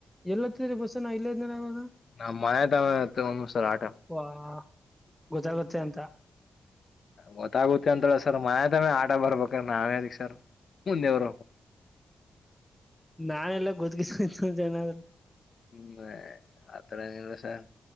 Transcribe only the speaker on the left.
ನ ಮಯದಾವ ಒಂದು ಸರ ಆಟ
<unintelligible>
ಗೊತ್ತಾಗುತ್ತೆ ಅಂತ ಸರ್ ಮನೆ ತವೆ ಆಟ ಬರ್ಬೇಕ್ ಅಂದ್ರೆ ನಾವ್ ಎಂದಿಕ್ ಸರ್ ಮುಂದೆವ್ರು ಹ
ಹ್ಮ್ ಆತರ ಏನು ಇಲ್ಲಾ ಸರ್